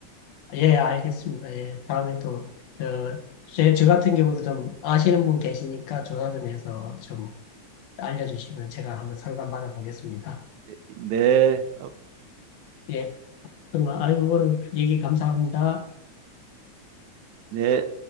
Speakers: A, on the left; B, on the right.
A: 예, 알겠습니다. 예, 다음에 또,
B: 네,
A: 저, 제, 저 같은 경우도 좀 아시는 분 계시니까 조사 좀 해서 좀 알려주시면 제가 한번 상담 받아보겠습니다.
B: 네. 어,
A: 예, 그러면 알고 보는 얘기 감사합니다.
B: 네.